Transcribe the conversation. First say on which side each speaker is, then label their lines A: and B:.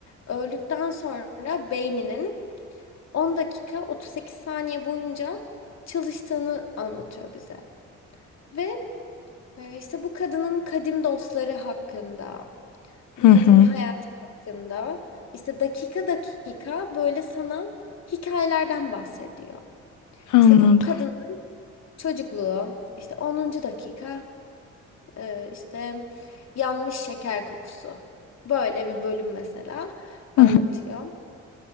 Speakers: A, on the left; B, on the left.
A: öldükten sonra beyninin 10 dakika 38 saniye boyunca çalıştığını anlatıyor bize. Ve e, işte bu kadının kadim dostları hakkında, bu
B: Hı
A: kadının
B: hı.
A: hayatı hakkında işte dakika dakika böyle sana hikayelerden bahsediyor.
B: Anladım.
A: İşte bu kadının çocukluğu işte onuncu dakika e, işte yanmış şeker kokusu. Böyle bir bölüm mesela
B: Hı
A: anlatıyor.
B: hı.